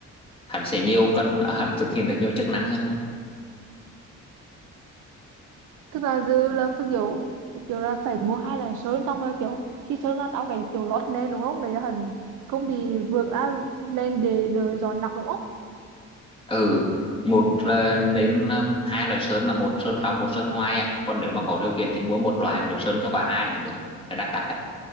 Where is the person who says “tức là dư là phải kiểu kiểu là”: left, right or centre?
Right